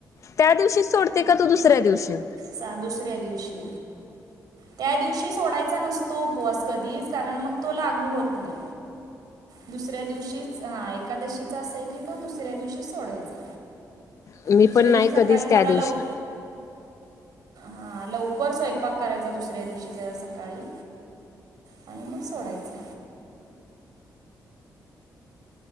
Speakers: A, on the left (about 50°); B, on the right (about 75°).
A: त्या दिवशी सोडते का तू दुसऱ्या दिवशी?
B: सा दुसऱ्या दिवशी. त्या दिवशी सोडायचा नसतो उपवास कधीच कारण मग तो लागू होत नाय. दुसऱ्या दिवशी हा एकादशीचा असं आय की तो दुसऱ्या दिवशी सोडायचा
A: मी
B: दुसऱ्या
A: पण नाही
B: दिवशी सकाळी
A: कधीच त्या
B: थोडा
A: दिवशी
B: लवक हा लवकर स्वयंपाक करायचा दुसऱ्या दिवशी जरा सकाळी आणि मग सोडायचं.